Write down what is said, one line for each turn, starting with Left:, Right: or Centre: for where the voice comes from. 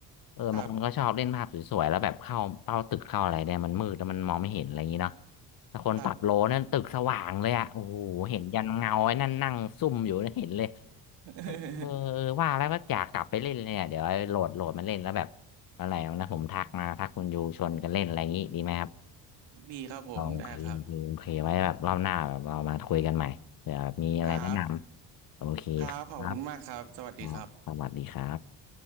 Left: เออบางคนก็ชอบเล่นภาพสวยๆแล้วแบบเข้าเป้าตึกเข้าอะไรเนี่ยมันมืดแล้วมันมองไม่เห็นอะไรอย่างเงี้ยเนาะ
Right: ครับ
Left: ถ้าคนปรับโลนั่นตึกสว่างเลยอะโอ้โหเห็นยันเงาไอ้นั่นนั่งซุ่มอยู่นะเห็นเลย
Right: ครับ <laughs>
Left: เออเออว่าแล้วก็อยากกลับไปเล่นเลยเนี่ยเดี๋ยวโหลดโหลดมาเล่นแล้วแบบอะไรนะผมทักมาทักคุณยูชวนกันเล่นอะไรอย่างงี้ดีไหมครับ
Right: ดีครับผมได้ครับ
Left: โอเคโอเคโอเคไว้แบบรอบหน้าแบบเรามาคุยกันใหม่เผื่อแบบมีอะไรแนะนำ
Right: ครับ
Left: โอเคครับ
Right: ครับขอบคุณมากครับสวัสดีครับ
Left: ครับสวัสดีครับ